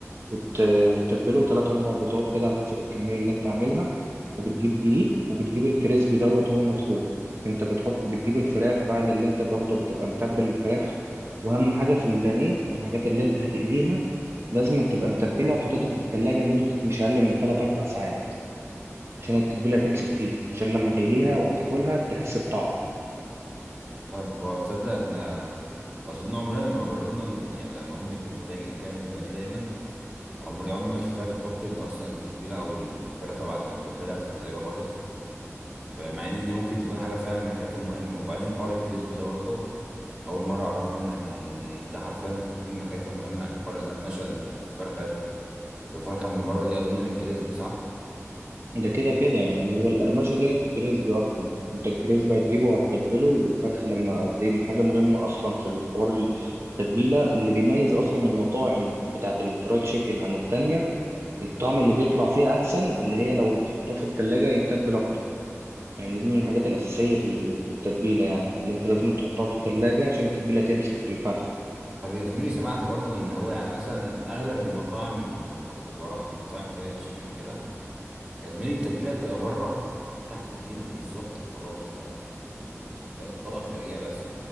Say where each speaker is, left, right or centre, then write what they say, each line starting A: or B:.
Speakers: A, on the right; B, on the right.
A: وت... وتتبله تلات أربع بيضات كده على حسب الكمية اللي أنت عاملها وبتجيب دقيق وبتجيب الكريسبي دوت وهو مطحون أنت بتحط بتجيب الفراخ بعد اللي أنت برضه بتبقى متبل الفراخ وأهم حاجة في البانيه أو الحاجات اللي أنت هتقليها لازم تبقى متبلها وحاططها في التلاجة لمدة مش أقل من تلات أربع ساعات عشان التتبيلة تمسك فيها عشان لما تقليها وتاكلها تحس بطعم
B: فاهمك اه تصدق احنا اظن عمرنا ما جربنا ن- يعني لما امي كانت بتاجي تعمل بانيه دايما عمري عمري ما شفتها بتحط ال- اصلا التتبيله او الفرخه بعد ما تتبلها في التلاجة خالص فمع ان دي ممكن تكون حاجه فعلا من الحاجات المهمه وبعدين حوار الكريسبي ده برضه اول مره اعرفه منك يعني ده حرفيا ممكن يكون من الحاجات المهمه يعني حوار القرمشه اللي بتبقى في الفرخه في الفرخه من بره دي اظن من الكريسبي صح
A: ده كده كده يعني هو القرمشة ديت كريسبي أصلا أنت الكريسبي هتجيبه وهتتبله والفرخ لما دي حاجة مهمة أصلا في الحوار التتبيلة اللي بيميز أصلا المطاعم بتاعة الفرايد تشيكن عن التانية
B: مم.
A: الطعم اللي بيطلع فيها أحسن اللي هي لو حطاه في التلاجة يتبل أكتر يعني دي من الحاجات الأساسية في ال- في التتبيلة يعني اللي أنت لازم تحطها في التلاجة عشان التتبيلة تمسك في الفرخ
B: طب يا زميلي سمعت برضه ان هو يعني مثلا اغلب المطاعم لما كنت بروح المطاعم فرايد تشيكن وكده يا زميلي التتبيله بتبقى بره تحت الجلد بالظبط وخلاص فاهم يعني من لو طبقه خارجيه بس